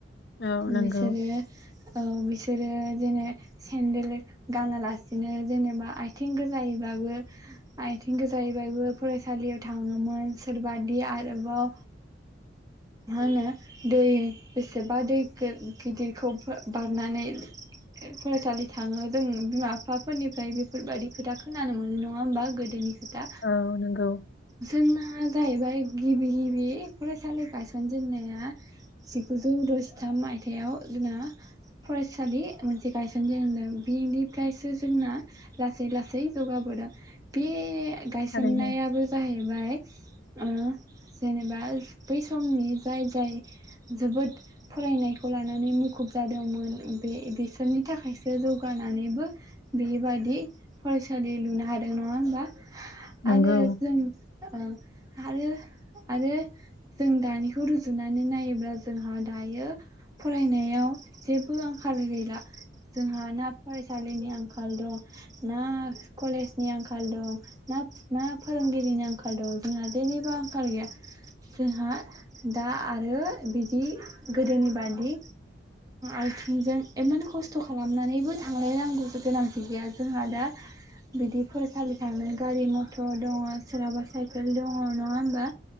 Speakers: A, on the left; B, on the right.
A: औ नंगौ
B: बिसोरो औ बिसोरो जेने सेन्देल गानालासिनो जेनेबा आथिं गोजायै। आथिं गोजायैबाबो फरायसालियाव थाङोमोन सोरबादि आरोबाव मा होनो दै बेसेबा दै गिदिरखौ बारनानै फरायसालि थाङो जों बिमा बिफाफोरनिफ्राय बेफोरबायदि खोथा। खोनानो मोनो नङा होमबा गोदोनि। खोथा
A: औ नंगौ।
B: जोंना जाहैबाय गिबि गिबि फरायसालि गायसनजेनन्नाया जिगुजौ द'जिथाम मायथाइयाव जोंना फरायसालि मोनसे गायसनजेनदों बिनिफ्रायसो जोंना लासै लासै। जौगा आबादा बे गायसननायाबो
A: थारैनो
B: जाहैबाय ओ जेनेबा बै समनि जाय जाय जोबोद फरायनायखौ लानानै मुखुब जादोंमोन बे बिसोरनि थाखायसो जौगानानैबो बेबादि फरायस सालि लुनो हादों नङा होमबा?
A: नंगौ
B: आरो जों ओ आरो आरो जों दानिखौ रुजुनानै नायोब्ला जोंहा दायो फरायनायाव जेबो आंखाल गैला जोंहा ना फरायसालिनि आंखाल दं ना कलेजनि आंखाल दं ना मा फोरोंगिरिनि आंखाल दं जोंहा जेनिबो आंखाल गैया जोंहा दा आरो बिदि गोदोनि बादि आथिंजों इमान खस्थ' खालामनानैबो थांलायनांगौ गोनांथि गैया जोंहा दा बिदि फरायसालि थांनो गारि मथर दङ' सोरहाबा साइकेल दङ' नङा होमबा?